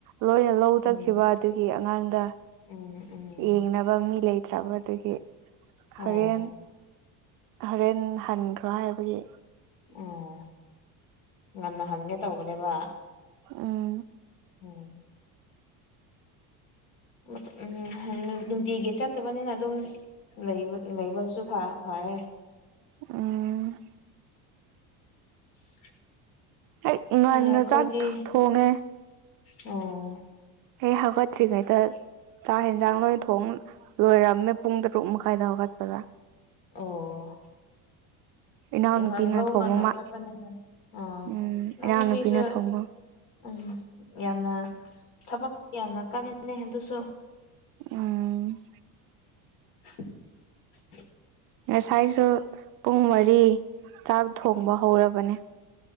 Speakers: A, on the right; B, on the left.
A: ꯂꯣꯏꯅ ꯂꯧ
B: ꯎꯝ
A: ꯆꯥꯠꯈꯤꯕ ꯑꯗꯨꯒꯤ ꯑꯉꯥꯡꯗ
B: ꯎꯝ ꯎꯝ
A: ꯌꯦꯡꯅꯕ ꯃꯤ ꯂꯩ ꯇ꯭ꯔꯕꯗꯒꯤ ꯍꯣꯔꯦꯟ
B: ꯑꯣ
A: ꯍꯣꯔꯦꯟ ꯍꯟꯈ꯭ꯔꯣ ꯍꯥꯏꯕꯒꯤ
B: ꯑꯣ ꯉꯟꯅ ꯍꯟꯒꯦ ꯇꯧꯕꯅꯦꯕ
A: ꯎꯝ
B: ꯎꯝ <unintelligible> ꯅꯨꯡꯇꯤꯒꯤ ꯆꯠꯇꯕꯅꯤꯅ ꯑꯗꯨꯝ ꯂꯩꯕꯠ ꯂꯩꯕꯁꯨ ꯐꯥ ꯐꯌꯦ
A: ꯎꯝ
B: <inaudible>
A: ꯍꯦꯛ ꯉꯟꯅ
B: ꯑꯩꯈꯣꯏꯗꯤ
A: ꯆꯥꯛ ꯊꯨ ꯊꯨ ꯊꯣꯡꯉꯦ
B: ꯑꯣ
A: ꯑꯩ ꯍꯧꯒꯠꯇ꯭ꯔꯤꯉꯩꯗ ꯆꯥꯛ ꯍꯦꯟꯖꯥꯡ ꯂꯣꯏ ꯊꯣꯡ ꯂꯣꯏꯔꯝꯃꯦ ꯄꯨꯡ ꯇꯔꯨꯛ ꯃꯈꯥꯏꯗ ꯍꯧꯒꯠꯄꯗ
B: ꯑꯣ
A: ꯏꯅꯥꯎꯅꯨꯄꯤꯅ
B: ꯉꯟ ꯂꯧ
A: ꯊꯣꯡꯕ
B: ꯉꯟꯅ
A: ꯃꯥ
B: ꯆꯠꯄꯅꯤꯅ ꯑ
A: ꯎꯝ
B: ꯏꯅꯥꯎꯅꯨꯄꯤꯁꯨ
A: ꯏꯅꯥꯎꯅꯨꯄꯤꯅ ꯊꯣꯡꯕ
B: ꯎꯝ ꯌꯥꯝꯅ ꯊꯕꯛ ꯌꯥꯝꯅ ꯀꯟꯂꯤꯅꯦ ꯑꯗꯨꯁꯨ
A: ꯎꯝ
B: <inaudible>
A: ꯉꯁꯥꯏꯁꯨ ꯄꯨꯡ ꯃꯔꯤ ꯆꯥꯛ ꯊꯣꯡꯕ ꯍꯧꯔꯕꯅꯦ